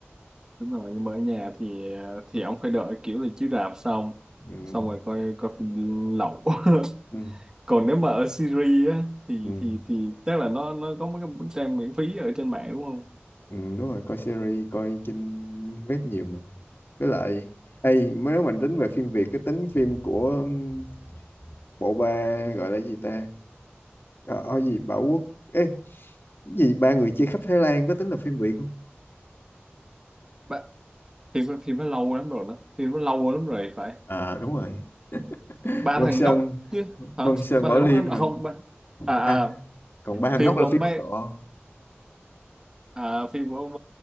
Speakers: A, on the right; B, on the left.
A: đúng rồi nhưng mà ở nhà thì ờ, thì ông phải đợi kiểu là chiếu rạp xong
B: ừ.
A: xong rồi coi coi phim lậu <laughs>
B: Ừ.
A: còn nếu mà ở Siri á thì
B: Ừ.
A: thì thì chắc là nó nó có mấy cái trang miễn phí ở trên mạng đúng không
B: Ừ, đúng rồi, coi series, coi trên web nhiều mà. Với lại, ê, nếu mà tính về phim Việt, cái tính phim của um, bộ ba gọi là gì ta? Ờ, ở gì Bảo Quốc, ê, cái gì ba người chia khắp Thái Lan có tính là phim Việt không?
A: ba, thì thì nó lâu lắm rồi đó thì nó lâu lắm rồi phải
B: À đúng rồi.
A: ba
B: Vân
A: thằng
B: Sơn,
A: ngốc chứ hả
B: Vân Sơn
A: ba
B: Bảo
A: thằng
B: Liêm
A: ngốc ăn
B: rồi.
A: không ba à, à
B: À, còn ba thằng
A: phim
B: ngốc là
A: của ông
B: phim
A: mấy
B: Ấn Độ.
A: à phim của ông